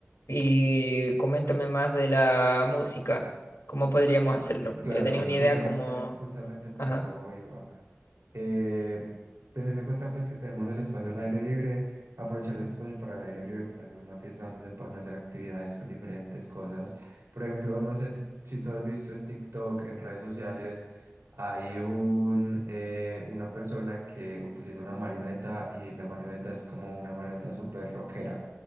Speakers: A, on the left (about 90°); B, on the right (about 80°).
A: Y coméntame más de la música. ¿Cómo podríamos hacerlo?
B: Claro,
A: Yo tenía una
B: justamente,
A: idea como...
B: justamente para
A: Ajá,
B: eso iba. Eh, teniendo en cuenta pues que tenemos el espacio al aire libre, aprovechar ese espacio para el aire libre, para hacer una fiesta donde se puedan hacer actividades con diferentes cosas. Por ejemplo, no sé ti- si tú has visto en TikTok, en redes sociales, hay un, eh, una persona que utiliza una marioneta y la marioneta es como una marioneta súper rockera.